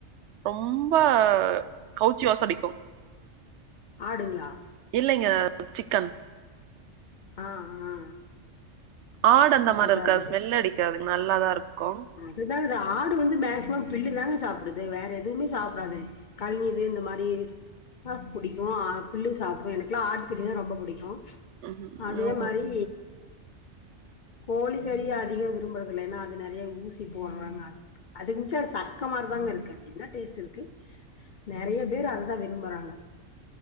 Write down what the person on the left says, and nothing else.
ஆடுங்ளா
ஆ ஆ
அதா
அதாங்க
அது தாங்க ஆடு வந்து மேக்சிமம் பில்லு தாங்க சாப்புடுது வேற எதுவுமே சாப்டாதே கழிநிறு இந்த மாரி கா புடிக்கோ ஆ புல்லு சாப்டோ எனக்குல்லா ஆட்கறிதா ரொம்ப புடிக்கோ
அதே மாரி கோழிக்கறிய அதிகை விரும்புறதுல்ல ஏன்னா அது நேறைய ஊசி போட்றாங்க அது அதுக்கு மிச்சோ சக்க மாரி தாங்க இருக்கு ஆது என்ன டேஸ்ட் இருக்கு நெறைய பேரு அததா விரும்பறாங்க